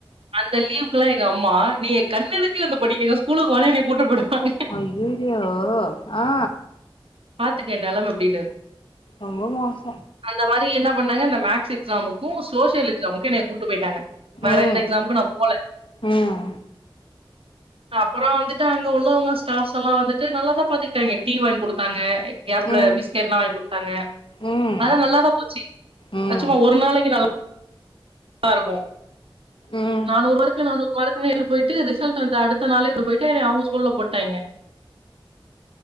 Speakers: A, on the right (about 85°); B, on the left (about 65°).
A: அந்த லீவுக்கெல்லா எங்கம்மா நீ எ கண்ணெதுக்க வந்து படிங்க்கனு ஸ்கூலுக்கு வானு என்னய கூட்டி போயிடுவாங்க
B: ஐயயோ ஆ
A: பாத்துக்க எ நெலம எப்டின்னு
B: ரொம்ப மோச
A: அந்த மாரி என்ன பண்ணாங்க அந்த மேக்ஸு எக்ஸாமுக்கு சோசியல் எக்ஸாமுக்கு என்னய கூப்ட்டு போயிட்டாங்க வேற
B: ம்
A: எந்த எக்ஸாமுக்கு நா போல
B: ம்
A: அப்பற வந்து ட்டு அங்க உள்ளவங்க ஸ்டாஃப்ஸ் எல்லா வந்துட்டு நல்லாதா பாத்துக்கிட்டாய்ங்க டீ வாங்கி குடுத்தாங்க கேப்ல
B: ம்
A: பிஸ்கட்லா வாங்கி குடுத்தாங்க
B: ம்
A: அதெல்லா நல்லாதா போச்சு
B: ம்
A: அது சும்மா ஒரு நாளைக்கு நல்லா <unintelligible> இருக்கு
B: ம்
A: நானூறு மார்க்கு நானூறு மார்க்கு மேல் போய்ட்டு ரிசல்ட் வந்து அடு த்த நாளே ஸ்கூலுக் போயிட்டு என்ன அவங்க ஸ்கூல்ல போட்டாய்ங்க